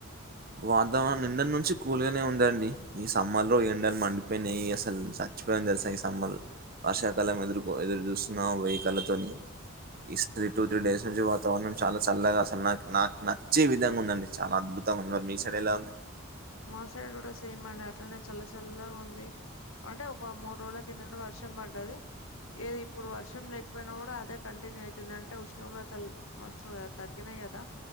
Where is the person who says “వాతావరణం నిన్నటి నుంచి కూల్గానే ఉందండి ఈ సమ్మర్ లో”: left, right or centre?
Right